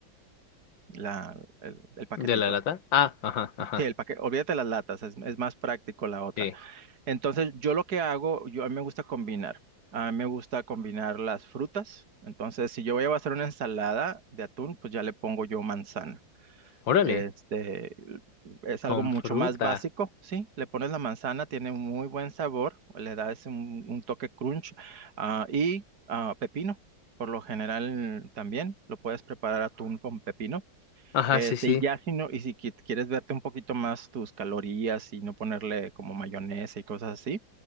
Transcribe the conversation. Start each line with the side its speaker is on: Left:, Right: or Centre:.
Right: la, el, el paquetito.
Left: ¿De la lata? Ah, ajá, ajá.
Right: Sí, el paquete, olvídate las latas, es, es más práctico la otra.
Left: Sí.
Right: Entonces, yo lo que hago, yo a mí me gusta combinar. A mí me gusta combinar las frutas. Entonces, si yo voy a hacer una ensalada de atún, pues ya le pongo yo manzana.
Left: Órale,
Right: Este, es
Left: con
Right: algo mucho
Left: fruta.
Right: más básico, ¿sí? Le pones la manzana, tiene un muy buen sabor, le da ese un, un toque crunch, ah, y ah, pepino. Por lo general también lo puedes preparar atún con pepino.
Left: Ajá,
Right: Este,
Left: sí, sí.
Right: y ya si no, y si qui- quieres verte un poquito más tus calorías y no ponerle como mayonesa y cosas así,